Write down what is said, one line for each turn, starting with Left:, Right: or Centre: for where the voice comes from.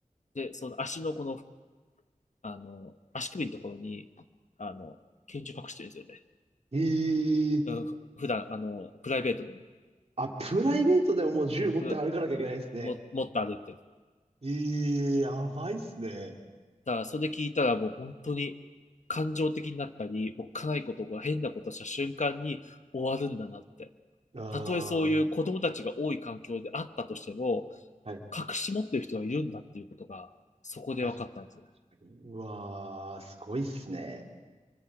Left: で、その足のこのあの、足首のところに、あの、拳銃隠してるんですよね。
Right: ええー。
Left: うんふ普段、あの、プライベートでも、
Right: あ、プライベートでももう銃持って歩かなきゃいけないですね。
Left: うも、持って歩いてる。
Right: ええやばいっすね。
Left: だから、それ聞いたらもう本当に感情的になったり、おっかないことが変なことした瞬間に終わるんだなって。
Right: あ
Left: たとえそういう子供たちが多い環境であったとしても、
Right: あ、はい。
Left: 隠し持ってる人がいるんだっていうことが、そこで分かったんですよ。
Right: 確かに、確かに。うわー、すごいっすね。